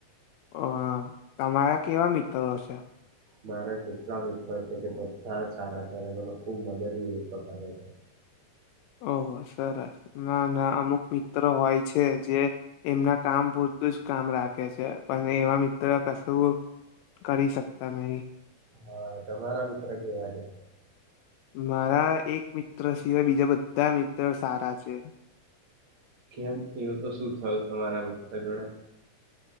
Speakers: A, on the left; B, on the right.
A: હ તમારા કેવા મિત્રો હશે.
B: મારા જેટલા મિત્ર છે તે બધા જ સારા છે અને મને ખૂબ મદદરૂપ કરે છે.
A: ઓહો સરસ. ના ના અમુક મિત્રો હોય છે જે એમના કામ પૂરતું જ કામ રા કે છે પણ એવા મિત્ર કશું કરી શકતા નહી.
B: હા તમારા મિત્ર કેવા છે.
A: મારા એક મિત્ર સિવાય બીજા બધા મિત્ર સારા છે.
B: કેમ એવું તો શું થયું તમારા મિત્ર જોડે.